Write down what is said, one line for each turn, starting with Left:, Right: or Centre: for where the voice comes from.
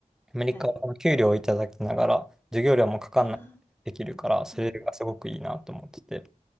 Centre: アメリカはこの給料をいただきながら、
Left: はい。
Centre: 授業料もかかんなくできるから、
Left: ああ
Centre: それがすごくいいなと思ってて。
Left: うん。